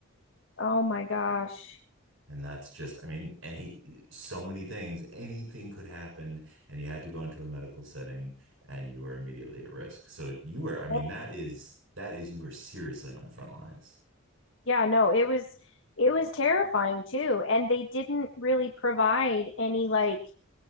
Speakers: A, on the left; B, on the right.
A: Oh my gosh.
B: And that's just, I mean, any so many things, anything could happen, and you had to go into a medical setting, and you were immediately at risk. So you were, I mean,
A: Yep.
B: that is that is you were seriously on the front lines.
A: Yeah, no, it was it was terrifying too. And they didn't really provide any like